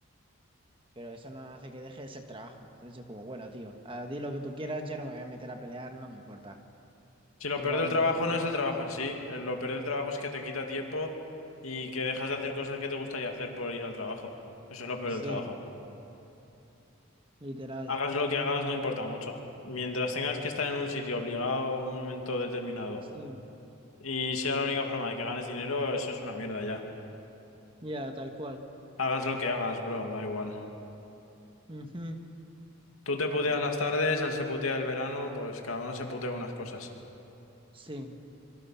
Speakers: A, on the right; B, on the left.
A: pero eso no hace que deje de ser trabajo. Entonces yo como, bueno, tío, ah, di lo que tú quieras, yo no me voy a meter a pelear, no me importa.
B: Si lo
A: Tengo
B: peor del
A: mejor.
B: trabajo no es el trabajo en sí, eh, lo peor del trabajo es que te quita tiempo y que dejas de hacer cosas que te gustaría hacer por ir al trabajo. Eso es lo peor
A: Sí,
B: del trabajo.
A: literal.
B: Hagas lo que hagas, no importa mucho. Mientras tengas que estar en un sitio obligado un momento determinado
A: Sí.
B: y sea la única forma de que ganes dinero, eso es una mierda ya.
A: Ya, tal cual.
B: Hagas lo que hagas, bro, da igual.
A: Ujú.
B: Tú te puteas
A: Pero bueno,
B: las tardes, él se putea el verano, pues cada uno se putea unas cosas.
A: sí,